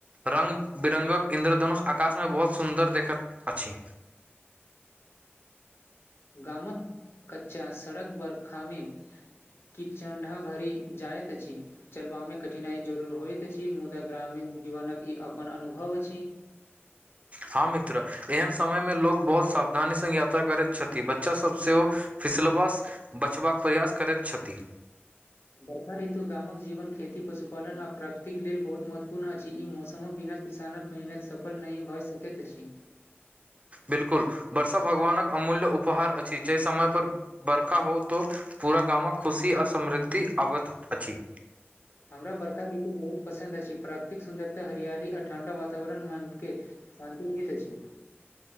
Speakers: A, on the right; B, on the left.
A: रंग बिरंगक इंन्द्रधनुष आकाश मे बहुत सुन्दर देखैत अछि
B: गामक कच्चा सड़क बरखा मे की चण्डा भरि जाइत अछि चलबामे कठिनाइ जरूर होइत अछि मुदा ग्रामीण जीवनक ई अपन अनुभव अछि
A: हँ मित्र एहन समय मे लोक बहुत सावधानी संग यात्रा करैत छथि बच्चा सब सेहो फिसलबास बचबाक प्रयास करैत छथि
B: वर्षा ऋतु गामक जीवन खेती पशुपालन आ प्रकृतिक लेल बहुत महत्वपूर्ण अछि ई मौसमो बिना किसानक मेहनत सफल नहि भऽ सकैत अछि
A: बिलकुल वर्षा भगवानक अमूल्य उपहार अछि जे समय पर बरखा हो तऽ पूरा गामक खुशी आ समृद्धि आबैत अछि
B: हमरा बर्खा ऋतु बहुत पसंन्द अछि प्राकृित सुन्दरता हरियाली आ ठण्डा वातावरण माग के शान्ति भीत अछि